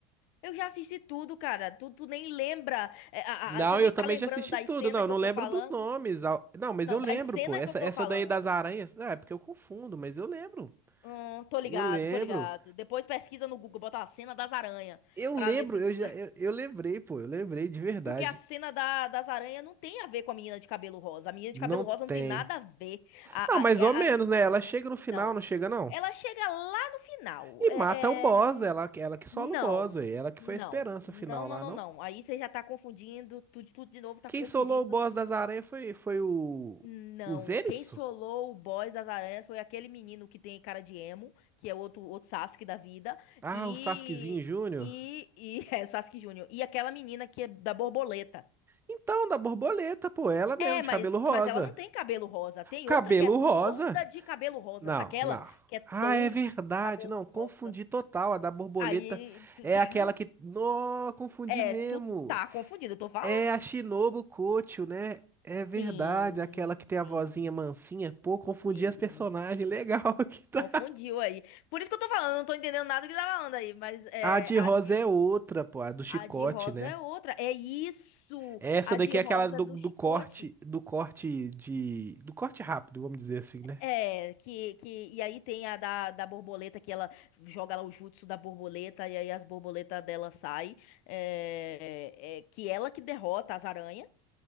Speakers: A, on the left (about 55°); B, on the right (about 15°).
A: Eu já assisti tudo, cara. Tu, tu nem lembra. é, a-
B: Não,
A: a- você nem
B: eu também
A: tá lembrando
B: já assisti
A: das
B: tudo,
A: cenas
B: não, eu
A: que
B: não
A: eu
B: lembro
A: tô falando.
B: dos nomes. Al- Não, mas
A: Não,
B: eu lembro,
A: das cenas
B: pô, essa,
A: que eu tô
B: essa
A: falando.
B: daí das aranhas, não, é porque eu confundo, mas eu lembro,
A: Hum, tô ligado,
B: eu lembro,
A: tô ligado. Depois pesquisa no Google, bota a cena das aranhas
B: eu
A: pra
B: lembro,
A: ver se
B: eu
A: tu
B: já,
A: lembra.
B: eu, eu lembrei, pô, eu lembrei de verdade.
A: Porque a cena da- das aranhas não tem a ver com a menina de cabelo rosa. A menina
B: Não
A: de cabelo rosa não
B: tem.
A: tem nada a ver. A,
B: Não, mais
A: a,
B: ou menos,
A: a- a-
B: né? Ela chega no final,
A: não.
B: não chega, não?
A: Ela chega lá no final.
B: E
A: É,
B: mata o boss,
A: é,
B: ela, ela que sola
A: Não,
B: o boss, velho. Ela que
A: não,
B: foi a esperança
A: não,
B: final
A: não,
B: lá,
A: não,
B: não?
A: não. Aí você já tá confundindo, tudo, tudo de novo tá
B: Quem
A: confundindo.
B: solou o boss das aranhas foi, foi o,
A: Não,
B: o Zenitsu?
A: quem solou o boss das aranhas foi aquele menino que tem cara de emo, que é outro, outro Sasuke da vida,
B: Ah,
A: e,
B: o Sasukezinho Júnior.
A: e, e <laughs> é Sasuke Júnior, e aquela menina que é da borboleta.
B: Então, da borboleta, pô, ela mesmo,
A: É,
B: de
A: mas,
B: cabelo rosa.
A: mas ela não tem cabelo rosa, tem
B: Cabelo
A: outra que é
B: rosa?
A: toda de cabelo rosa,
B: Não,
A: aquela
B: não.
A: que é toda
B: Ah, é verdade.
A: de cabelo
B: Não, confundi
A: rosa.
B: total. A da borboleta
A: Aí, tu
B: é
A: tá...
B: aquela que.
A: <laughs>
B: não confundi
A: É,
B: mesmo.
A: tu tá confundido, eu tô falando.
B: É a Shinobu Kocho, né? É verdade,
A: Sim,
B: aquela que tem a
A: sim,
B: vozinha mansinha. Pô, confundi
A: sim.
B: as personagens. Legal <laughs> que tá.
A: Confundiu aí. Por isso que eu tô falando, eu não tô entendendo nada do que tá falando aí, mas é,
B: A de
A: a
B: rosa
A: de,
B: é outra, pô, a do chicote,
A: a de rosa
B: né?
A: é outra. É isso!
B: Essa
A: A
B: daqui
A: de rosa
B: é aquela do,
A: é do
B: do
A: chicote.
B: corte, do corte de, do corte rápido, vamos dizer assim, né?
A: É, que, que, e aí tem a da, da borboleta, que ela joga lá o jutsu da borboleta, e aí as borboletas dela saem. É, é, que ela que derrota as aranhas.